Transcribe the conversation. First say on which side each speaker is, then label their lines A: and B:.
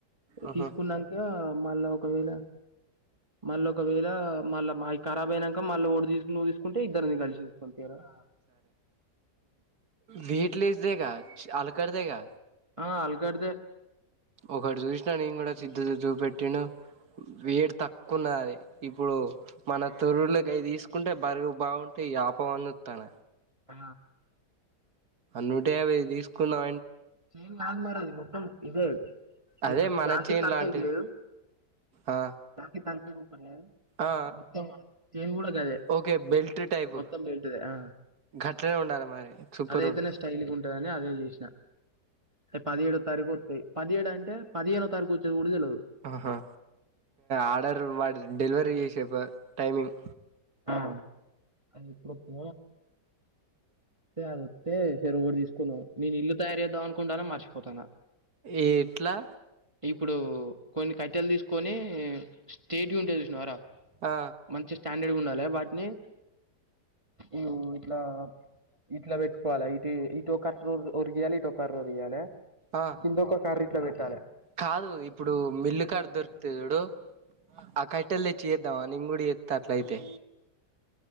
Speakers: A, on the right; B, on the right.
A: ఆహా
B: తీసుకున్నాక మళ్ళా ఒకవేళ మళ్ళ ఒకవేళ మళ్ళ అయ్యి కరాబ్ అయినంక మళ్ళ ఒకటి నువ్వు తీసుకుంటే ఇద్దరికి కలి తీసుకుందువు తీయరాదు
A: వెయిట్ లెస్దేగా అలకటిదేగా
B: ఆ అల్కాడ్దే
A: ఒకటి చూసిన నేను కూడా సిద్దు చూపెట్టిండు వెయిట్ తక్కువున్నదది ఇప్పుడు మన తొర్రూరుల గయ్యి తీసుకుంటే బరువు బాగుంటది ఆపమని చూస్తాన
B: ఆ
A: నూటయాభై తీసుకున్నా
B: <unintelligible> కాదు మరి అది మొత్తం ఇదే
A: అదే
B: ఇప్పుడు
A: మన
B: జాకి
A: చేన్
B: తలకాయకి
A: లాంటిది
B: లేదు
A: ఆ
B: జాకీ తలకాయ కి ఒకటి లేదు
A: ఆ
B: మొత్తం <unintelligible> కూడ గదే
A: ఓకే బెల్ట్ టైపు
B: మొత్తం బెల్ట్దే ఆ
A: గట్లనే ఉండాలి మరి సూపర్
B: అదయితేనే
A: ఉంటది
B: స్టైల్గ ఉంటదని అదే చేసిన అ పదిహేడో తారీఖు వస్తయి పదిహేడు అంటే పదిహేనో తారీఖు వచ్చేది కూడా తెలవదు
A: ఆహా ఆర్డర్ వాడు డెలివరీ చేసే టైమింగ్
B: ఆ వస్తే అది వస్తే ఈ సారి కూడ తీసుకుందాం నేను ఇల్లు తయారు చేద్దాం అనుకుంటాన మర్చిపోతాన
A: ఏట్లా
B: ఇప్పుడు కొన్ని కట్టెలు తీసుకు కొని స్టేట్గ ఉంటయ్ చూసినవారా
A: ఆ
B: మంచి స్టాండర్డ్గ ఉండాలి వాటిని ఇ ఇట్లా ఇట్ల పెట్టుకోవాలే ఇటు ఇటు కర్ర ఒరిగియ్యాలే ఇటొక కర్ర ఒరిగియ్యాలే
A: ఆ
B: కింద ఒక కర్ర ఇట్ల పెట్టాలే
A: కాదు ఇప్పుడు మిల్లుకాడ దొరుకుతయి చూడు ఆ కట్టెలు తెచ్చి నియవ్వ నేను కూడ చేత్త అట్లయితే